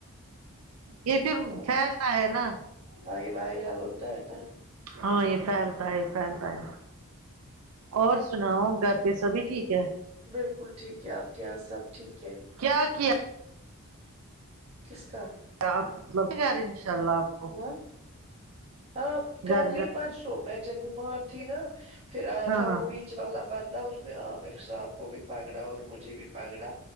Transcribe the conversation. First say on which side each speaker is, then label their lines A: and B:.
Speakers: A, on the right; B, on the right.
A: یہ پھر
B: ہاں
A: پھیلتا ہے نا
B: ہاں یہ وائرل ہوتا ہے نا
A: ہاں یہ پھیلتا ہے یہ پھیلتا ہے اور سناؤ گھر پہ سبھی ٹھیک ہے
B: بالکل ٹھیک ہے آپ کے یہاں سب ٹھیک ہے
A: کیا کیا
B: کس کا
A: آپ <unintelligible> ان شاء اللہ آپ کو
B: ہاں ہاں کل
A: گھر
B: نہیں
A: جانا
B: پرسوں میں جب بیمار تھی نا پھر
A: ہے؟
B: آیا
A: ہاں
B: تھا وہ
A: ہاں
B: بیچ والا بندہ اس نے آمر صاحب کو بھی پکڑا اور مجھے بھی پکڑا